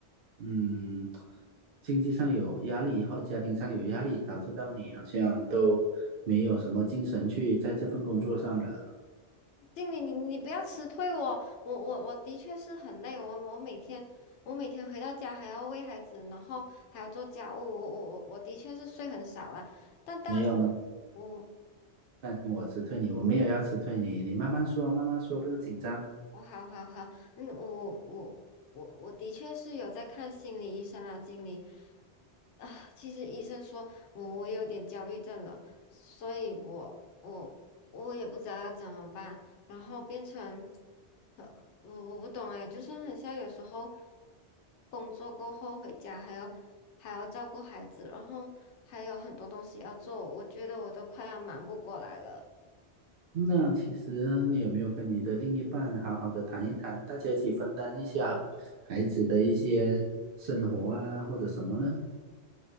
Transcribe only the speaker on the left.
经理，你你不要辞退我，我我我的确是很累，我我每天我每天回到家还要喂孩子，然后还要做家务，我我我我的确是睡很少啦，但但是
我
我好好好，嗯，我我我我的确是有在看心理医生啊，经理啊，其实医生说我我有点焦虑症了，所以我我我也不知道要怎么办，然后变成，呃，我我不懂哎，就是很像有时候工作过后回家还要还要照顾孩子，然后还有很多东西要做，我觉得我都快要忙不过来了。